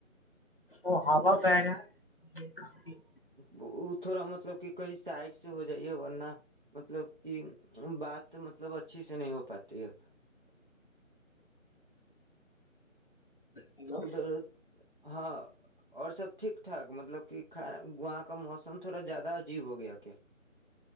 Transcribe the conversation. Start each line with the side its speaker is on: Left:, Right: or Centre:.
Left: وہ ہووا پڑ گیا ہے <unintelligible>
Right: وہ تھوڑا مطلب کہ کہیں سائڈ سے ہو جائیے ورنہ مطلب کہ بات مطلب اچھی سے نہیں ہو پاتی ہے
Left: ہلو
Right: ادھر ہاں اور سب ٹھیک ٹھاک مطلب کہ وہاں کا موسم تھوڑا زیادہ عجیب ہو گیا کیا